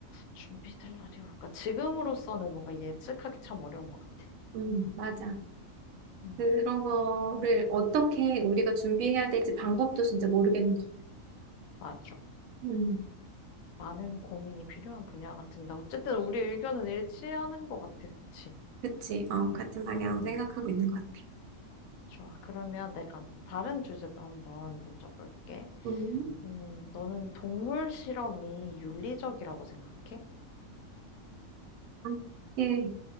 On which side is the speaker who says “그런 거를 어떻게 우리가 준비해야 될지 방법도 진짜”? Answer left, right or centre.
Right